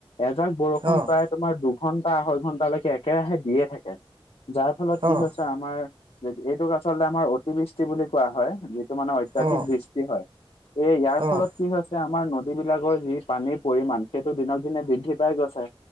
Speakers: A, on the left (about 80°); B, on the right (about 60°).
A: এজাক বৰষুণ
B: অ',
A: প্ৰায় তোমাৰ দুঘন্টা আঢ়ৈ ঘণ্টালৈকে একেৰাহে দিয়ে থাকে যাৰ ফলত কি
B: অ',
A: হৈ তা আমাৰ এইটোক আচলতে আমাৰ অতিবৃষ্টি বুলি কোৱা হয় যি টো মানে অত্যাধিক
B: অ',
A: বৃষ্টি হয়, এই ইয়াৰ ফলত
B: অ',
A: কি হৈছে আমাৰ নদীবিলাকৰ যি পানীৰ পৰিমাণ সেইটো দিনক দিনে বৃদ্ধি পাই গৈছে